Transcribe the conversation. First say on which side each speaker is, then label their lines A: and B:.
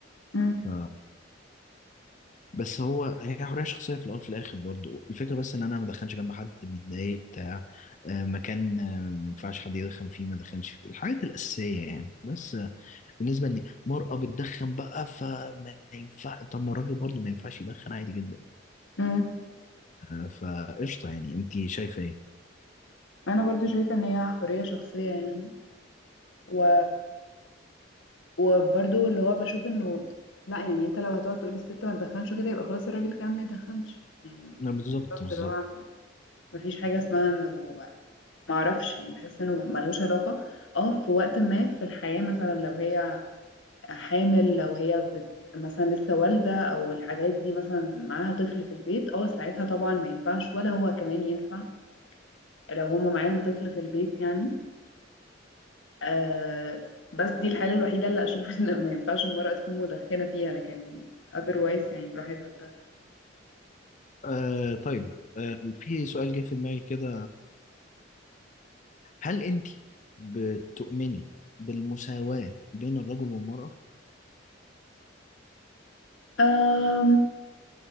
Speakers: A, on the left; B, on the left.
A: مم.
B: ف... بس هو هي حرية شخصية في الأول في الآخر برضو الفكرة بس إن أنا ما أدخنش جنب حد بيتضايق بتاع آه، مكان آه، ما ينفعش حد يدخن فيه ما أدخنش فيه الحاجات الأساسية يعني بس آه، بالنسبة إن مرأة بتدخن بقى فما ينفع طب ما الراجل برضو ما ينفعش يدخن عادي جدا
A: مم.
B: آه، فقشطة يعني انت شايفة ايه؟
A: أنا برضو شايفة إن هي حرية شخصية يعني و وبرضو اللي هو بشوف انه لا يعني انت لو هتقعد تقول الست ما تدخنش وكده يبقى خلاص الراجل كمان ما يدخنش يعني
B: لا، بالظبط
A: بالظبط
B: بالظبط
A: اللي هو مفيش حاجة اسمها انه ما اعرفش يعني بحس انه ملوش علاقة اه في وقت ما في الحياة مثلا لو هي حامل لو هي بت مثلا لسه والدة او الحاجات دي مثلا معاها طفل في البيت اه ساعتها طبعا ما ينفعش ولا هو كمان ينفع لو هما معاهم طفل في البيت يعني آه بس دي الحالة الوحيدة اللي أشوف <laughs> إن ما ينفعش المرأة تكون مدخنة فيها لكن otherwise يعني براحتها تدخن
B: آه طيب آه في سؤال جه في دماغي كده هل انت بتؤمني بالمساواة بين الرجل والمرأة؟
A: آم،